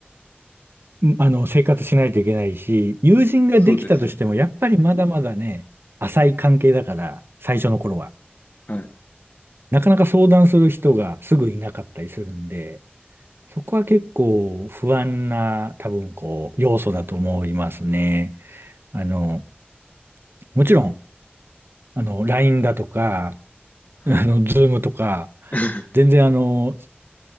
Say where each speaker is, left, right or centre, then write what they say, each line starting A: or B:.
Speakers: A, on the right; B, on the left.
A: んあの、生活しないといけないし、友人ができたとしても、
B: そうですよね。
A: やっぱりまだまだね、浅い関係だから、最初の頃は。
B: はい、
A: なかなか相談する人がすぐいなかったりするんで、そこは結構不安な多分こう要素だと思いますね。あの、もちろん、あの、LINE だとか、<laughs>
B: はい。
A: あの、Zoom とか、
B: <laughs>
A: 全然あの、